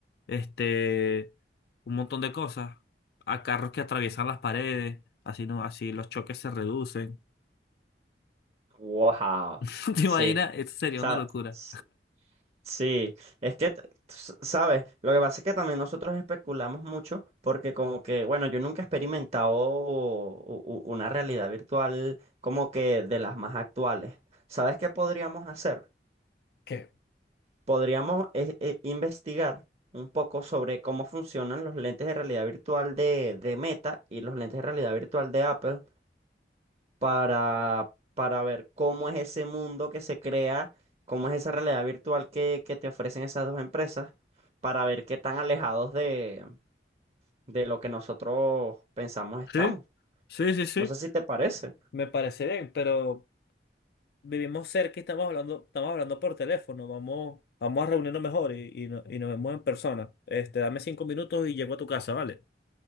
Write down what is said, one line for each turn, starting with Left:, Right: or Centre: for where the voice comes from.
Left: este, un montón de cosas. A carros que atraviesan las paredes, así no, así los choques se reducen.
Right: Wow,
Left: <laughs> ¿Te
Right: sí,
Left: imaginas? Eso sería
Right: sa-
Left: una locura.
Right: s- sí, es que, t- s- ¿sabes? Lo que pasa es que también nosotros especulamos mucho porque como que, bueno, yo nunca he experimentado u- u- una realidad virtual como que de las más actuales. ¿Sabes qué podríamos hacer?
Left: ¿Qué?
Right: Podríamos eh, eh, investigar un poco sobre cómo funcionan los lentes de realidad virtual de, de Meta y los lentes de realidad virtual de Apple para, para ver cómo es ese mundo que se crea, cómo es esa realidad virtual que, que te ofrecen esas dos empresas, para ver qué tan alejados de, de lo que nosotros pensamos estamos.
Left: Sí, sí, sí, sí.
Right: No sé si te parece.
Left: Me parece bien, pero vivimos cerca y estamos hablando, estamos hablando por teléfono, vamos, vamos a reunirnos mejor y, y, no- y nos vemos en persona. Este, dame cinco minutos y llego a tu casa, ¿vale?